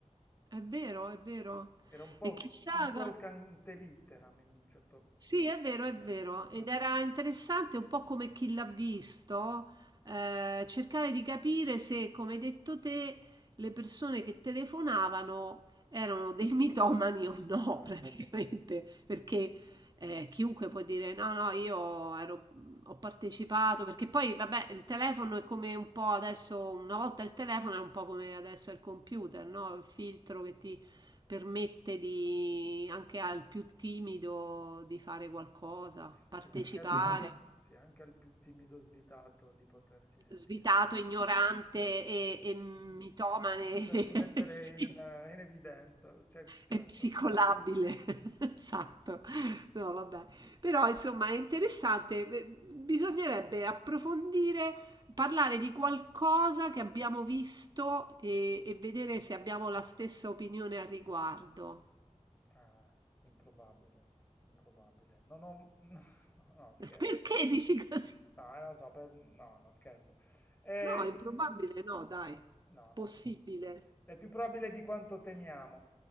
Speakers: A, on the right (about 35°); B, on the left (about 15°).
A: è vero, è vero.
B: Era un po'
A: E chissà,
B: un talk ante litteram in un certo
A: Sì, è vero,
B: senso.
A: è vero. Ed era interessante un po' come chi l'ha visto, eh, cercare di capire se, come hai detto te, le persone che telefonavano erano dei <laughs> mitomani o no,
B: Esatto.
A: <laughs> praticamente, perché eh, chiunque può dire no, no, io ero- ho partecipato, perché poi, vabbè, il telefono è come un po' adesso, una volta il telefono era un po' come adesso è il computer, no? Il filtro che ti permette di, anche al più timido di fare qualcosa,
B: Sì,
A: partecipare.
B: anche al più, sì, anche al più timido svitato di potersi sentire,
A: Svitato, ignorante e,
B: sì,
A: e mitomane,
B: <laughs> potersi
A: <laughs>
B: mettere
A: sì.
B: in, eh, in evidenza, cioè, certo.
A: È psicolabile, <laughs> esatto. No, vabbè. Però insomma è interessante. eh, Bisognerebbe approfondire, parlare di qualcosa che abbiamo visto e, e vedere se abbiamo la stessa opinione al riguardo.
B: Ah, improbabile, improbabile. Non ho... <laughs> No, scherzo.
A: <laughs> Perché dici così?
B: No, eh, lo so, per- no, no, scherzo. Eh,
A: No, improbabile no, dai.
B: No,
A: Possibile.
B: no, è più probabile di quanto temiamo.